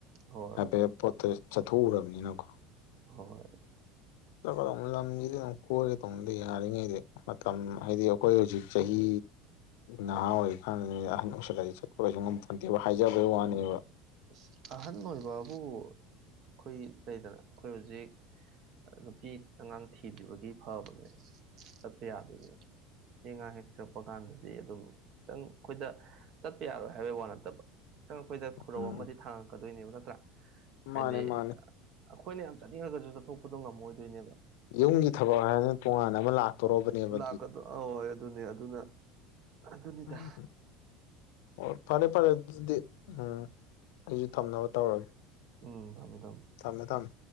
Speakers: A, on the right (about 45°); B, on the left (about 80°).
A: ꯍꯣꯏ
B: ꯍꯥꯏꯐꯦꯠ ꯄꯣꯠꯇ ꯆꯠꯊꯣꯛꯎꯔꯕꯅꯤꯅꯀꯣ
A: ꯍꯣꯏ
B: ꯆꯠꯀꯗꯧꯅꯤ ꯂꯝꯖꯤꯗꯤ ꯑꯗꯨꯝ ꯀꯣꯏꯒꯗꯧꯅꯤ ꯌꯥꯔꯤꯉꯩꯗꯤ ꯃꯇꯝ ꯍꯥꯏꯗꯤ ꯑꯩꯈꯣꯏ ꯍꯧꯖꯤꯛ ꯆꯍꯤ ꯅꯍꯥ ꯑꯣꯏ ꯑꯍꯟ ꯑꯣꯏꯁꯜꯂꯔꯤ ꯆꯠꯄ ꯀꯩꯁꯨ ꯉꯝꯄꯣꯟꯇꯦꯕ ꯍꯥꯏꯖꯕꯒꯤ ꯋꯥꯅꯦꯕ
A: ꯎꯝ ꯑꯍꯟ ꯑꯣꯏꯕꯕꯨ ꯑꯩꯈꯣꯏ ꯂꯩꯗꯅ ꯑꯩꯈꯣꯏ ꯍꯧꯖꯤꯛ ꯅꯨꯄꯤ ꯑꯉꯥꯡ ꯊꯤꯗ꯭ꯔꯤꯕꯒꯤ ꯐꯕꯅꯦ ꯆꯠꯄ ꯌꯥꯗꯣꯏꯅꯦ ꯅꯨꯄꯤ ꯉꯥꯡ ꯍꯦꯛ ꯊꯤꯔꯛꯄ ꯀꯥꯟꯗꯗꯤ ꯑꯗꯨꯝ ꯈꯤꯇꯪ ꯑꯩꯈꯣꯏꯗ ꯆꯠꯄ ꯌꯥꯔꯣꯏ ꯍꯥꯏꯕꯩ ꯋꯥ ꯅꯠꯇꯕ ꯈꯤꯇꯪ ꯑꯩꯈꯣꯏꯗ ꯈꯨꯔꯧ
B: ꯎꯝ
A: ꯑꯃꯗꯤ ꯊꯥꯡꯉꯛꯀꯗꯣꯏꯅꯦꯕ ꯅꯠꯇ꯭ꯔꯥ ꯍꯥꯏꯗꯤ
B: ꯃꯥꯅꯦ ꯃꯥꯅꯦ
A: ꯑꯩꯈꯣꯏꯅ ꯌꯥꯝ ꯆꯥꯅꯤꯡꯉꯒꯁꯨ ꯆꯠꯊꯣꯛꯄꯗꯣ ꯉꯝꯃꯣꯏꯗꯣꯏꯅꯦꯕ
B: ꯌꯨꯝꯒꯤ ꯊꯕꯛ ꯍꯥꯏꯔꯅ ꯇꯣꯉꯥꯟꯅ ꯑꯃ ꯂꯥꯛꯇꯧꯔꯕꯅꯦꯕ
A: ꯂꯀꯗꯣ ꯑꯍꯣꯏ ꯑꯗꯨꯅꯦ ꯑꯗꯨꯅ ꯑꯗꯨꯅꯤꯗ
B: ꯎꯝ ꯑꯣ ꯐꯔꯦ ꯐꯔꯦ ꯑꯗꯨꯗꯤ ꯎꯝ ꯑꯩꯖꯨ ꯊꯝꯅꯕ ꯇꯧꯔꯒꯦ
A: ꯎꯝ ꯊꯝꯃꯣ ꯊꯝꯃꯣ
B: ꯊꯝꯃꯦ ꯊꯝꯃꯦ